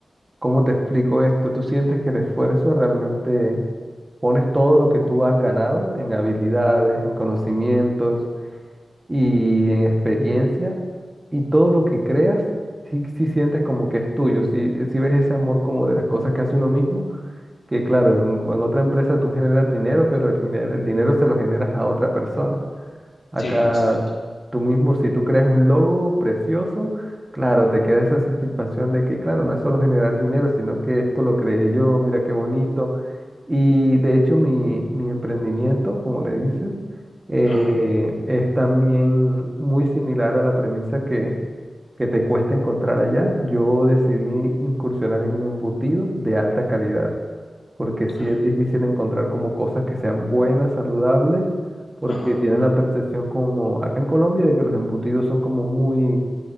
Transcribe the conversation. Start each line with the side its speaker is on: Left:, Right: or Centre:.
Right: ¿Cómo te explico esto? Tú sientes que el esfuerzo realmente pones todo lo que tú has ganado en habilidades, en conocimientos y en experiencia y todo lo que creas, sí, sí sientes como que es tuyo, sí, eh, sí ves ese amor como de las cosas que hace uno mismo, que claro, en, en otra empresa tú generas dinero, pero el, dinero, el dinero se lo generas a otra persona. Acá
Left: Sí, exacto.
Right: tú mismo, si tú creas un logo precioso, claro, te queda esa satisfacción de que, claro, no es solo generar dinero, sino que esto lo creé yo, mira qué bonito. Y de hecho mi, mi emprendimiento, como le dices, eh,
Left: Ajá,
Right: es también muy similar a la premisa que, que te cuesta encontrar allá. Yo decidí incursionar en embutidos de alta calidad porque sí
Left: ajá,
Right: es difícil encontrar como cosas que sean buenas, saludables, porque
Left: ajá.
Right: tienen la percepción como acá en Colombia de que los embutidos son como muy,